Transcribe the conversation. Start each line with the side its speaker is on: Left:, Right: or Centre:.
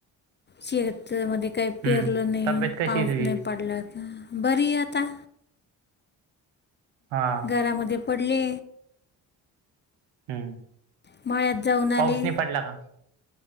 Left: शेत मध्ये काही
Right: हम्म.
Left: पेरलं नाही
Right: तब्येत कशी
Left: पाऊस
Right: आहे तुझी?
Left: नाही पडला आता बरी आता
Right: हा
Left: घरामध्ये पडले
Right: हम्म.
Left: मळ्यात जाऊन
Right: पाऊस
Left: आले
Right: नाही पडला का?